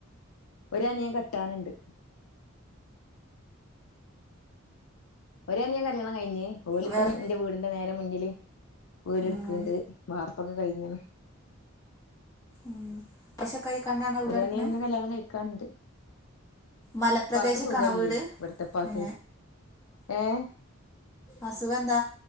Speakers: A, on the left; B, on the left.
A: ഒരനിയൻ കെട്ടാന്ണ്ട്. ഒരനിയൻ കല്യാണം കഴിഞ്ഞ് ഓലിപ്പ
B: വേറെ
A: ഞ്ഞ് ന്റെ വീടി ന്റെ നേരെ മുന്നില് വീട്
B: ഉം
A: എട്ക്ക്ണ്ട് വാർപ്പൊക്കെ കഴിഞ്ഞിണ്.
B: മ് പക്ഷേ കയിക്കാണ്ടാണാ വീട്
A: ഒരനിയൻ
B: എട്ക്കണെ?
A: കല്യാണം കയ്ക്കാണ്ട്.
B: മലപ്രദേശക്കാണോ
A: ഉപ്പാക്ക് സുഖല്ലേ
B: വീട്
A: ഇവ്ട്ത്തെ ഉപ്പാക്ക്
B: ഏ
A: ഏഹ്
B: അസുഖന്താ?